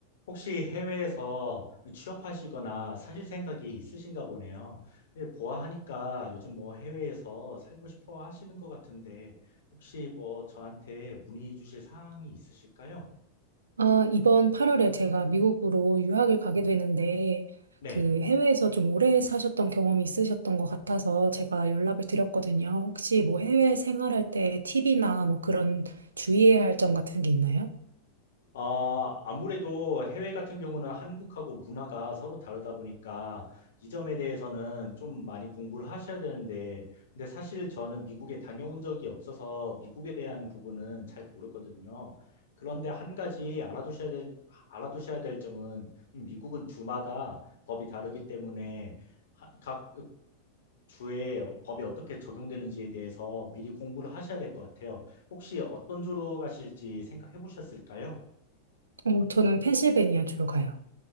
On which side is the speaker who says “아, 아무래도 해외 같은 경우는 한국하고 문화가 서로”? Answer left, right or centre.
Left